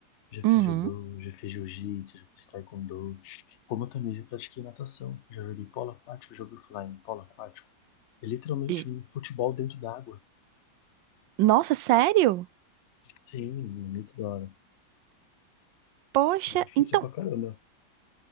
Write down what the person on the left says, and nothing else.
Já fiz
judô, já fiz jiu-jitsu, já fiz taekwondo. Como eu também já pratiquei natação, já joguei polo aquático, já ouvi falar em polo aquático. É literalmente
um futebol dentro da água.
Sim, muito da hora.
E difícil
pra caramba.